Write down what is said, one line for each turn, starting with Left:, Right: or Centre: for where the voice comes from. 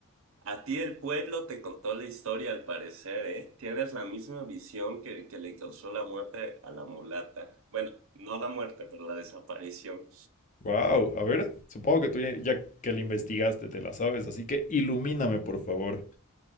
Right: A ti el pueblo te contó la historia al parecer, ¿eh? Tienes la misma visión que, que le causó la muerte a la mulata. Bueno, no la muerte, pero la desaparición.
Left: Wow, a ver, supongo que tú ya, ya que la investigaste te la sabes, así que ilumíname, por favor.